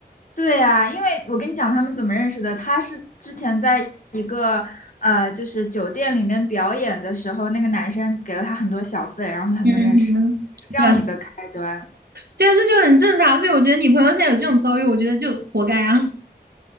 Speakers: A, on the left (about 50°); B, on the right (about 65°).
A: 对啊，因为我跟你讲他们怎么认识的，他是之前在一个呃，就是酒店里面表演的时候，那个男生给了他很多小费，然后他们认识，
B: 嗯哼。
A: 是这样一个开端。
B: 对啊对啊，这就很正常。所以我觉得你朋友现在有这种遭遇，我觉得就活该啊，